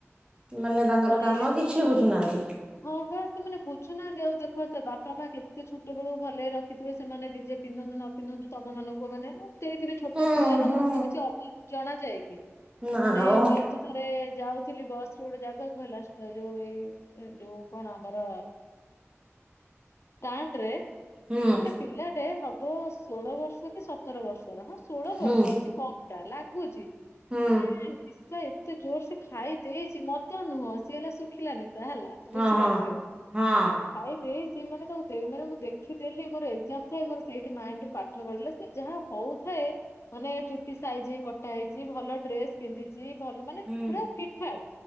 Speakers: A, on the right; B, on the left.
A: ମାନେ ତାଙ୍କର
B: ଥରେ
A: କାମ କିଛି ବୁଝୁନାହାନ୍ତି।
B: ହଁ ବା ସେମାନେ ବୁଝୁନାହାନ୍ତି ଆଉ ଦେଖ ସେ ବାପା ମା କେତେ ଛୋଟ ବେଳୁ ଭଲରେ ରଖିଥିବେ, ସେମାନେ ନିଜେ ପିନ୍ଧନ୍ତୁ ନ ପିନ୍ଧନ୍ତୁ ତମ ମାନଙ୍କୁ ମାନେ ହେଇଥିବେ ଛୋଟ
A: ହୁଁ
B: ପିଲାମାନଙ୍କ
A: ହୁଁ।
B: କିଛି ଅଭାବ ଜଣା ଯାଏ କି?
A: ନା
B: ମାନେ
A: ଓ
B: ମୁଁ ଏମତି ଥରେ ଯାଉଥିଲି ବସ୍ ରେ ଗୋଟେ ଜାଗାକୁ ହେଲା, ଯୋଉ ଏଇ ଯୋଉ କଣ ଆମର ଷ୍ଟାଂଡ୍ ରେ
A: ହୁଁ
B: ଗୋଟେ ପିଲାଟେ ହବ ଷୋଳ ବର୍ଷ କି ସତ୍ ସତର ବର୍ଷର ହଁ ଷୋଳ ବର୍ଷ
A: ହୁଁ
B: ଅତି କମ୍ ଟା ଲାଗୁଚି,
A: ହୁଁ
B: ମାନେ ସେ ଏତେ ଜୋର ସେ ଖାଇ ଦେଇଚି ମଦ ନୁହଁ, ସିଏ ହେଲା ଶୁଖିଲା ନିଶା ହେଲା। ବୁଝିପାରୁଥିବ,
A: ଓ ହଁ ହଁ
B: ଖାଇଦେଇ ସି ମାନେ ତାକୁ ମାନେ ମୁଁ ଦେଖିଦେଲି ମୋର ଏଜାମ୍ ଥାଏ ମୋର ସେଇଠି ମାଇଣ୍ଡ୍ ରୁ ପାଠ ପଢିଲେ ସେ ଯାହା ହଉଥାଏ। ମାନେ ଚୁଟି ସାଇଜିକି କଟା ହେଇଛି ଭଲ ଡ୍ରେସ୍। ପିନ୍ଧିଚି ଭଲ ମାନେ
A: ହୁଁ।
B: ପୁରା ଫିଟ୍ ଫାଟ୍